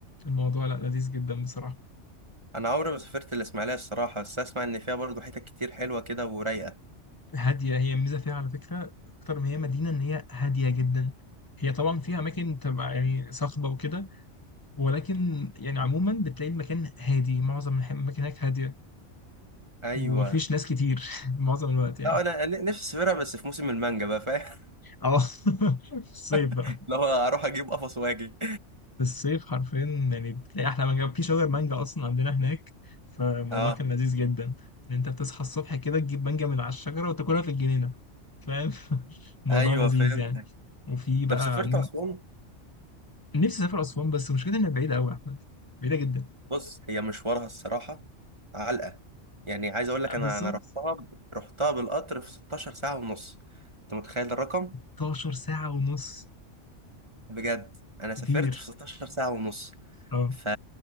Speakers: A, on the left (about 20°); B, on the right (about 25°).
A: الموضوع لا لذيذ جدا بصراحة
B: انا عمري ما سافرت الاسماعيليه الصراحه بس اسمع ان فيها برضه حتت كتير حلوه كده ورايقه
A: هادية هي الميزة فيها على فكرة أكتر ما هي مدينة إن هي هادية جدا هي طبعا فيها أماكن تبقى يعني صخبة وكده ولكن يعني عموما بتلاقي المكان هادي معظم الح- الأماكن هناك هادية
B: ايوه
A: ومفيش ناس كتير <laughs> معظم الوقت يعني
B: لا انا ن- نفسي اسافرها بس في موسم المانجا بقى فاهم
A: اه <laughs> في الصيف بقى
B: <laughs> لو اروح اجيب قفص واجي
A: في الصيف حرفيا يعني بتلاقي أحلى مانجا في شجر مانجا أصلا عندنا هناك فالموضوع
B: اه
A: كان لذيذ جدا إن أنت بتصحى الصبح كده تجيب مانجا من على الشجرة وتاكلها في الجنينة فاهم <laughs> الموضوع
B: ايوه
A: لذيذ
B: فهمتك
A: يعني وفي بقى
B: طب سافرت
A: عاملين
B: اسوان
A: نفسي أسافر أسوان بس مشكلة إنها بعيدة أوي يا أحمد بعيدة جدا
B: بص هي مشوارها الصراحة علقة يعني عايز اقول لك انا
A: بالظبط
B: انا رحتها ب- رحتها بالقطر في 16 ساعة ونص انت متخيل الرقم
A: 16 ساعة ونص
B: بجد انا سافرت
A: كتير
B: في 16 ساعة ونص
A: اه
B: ف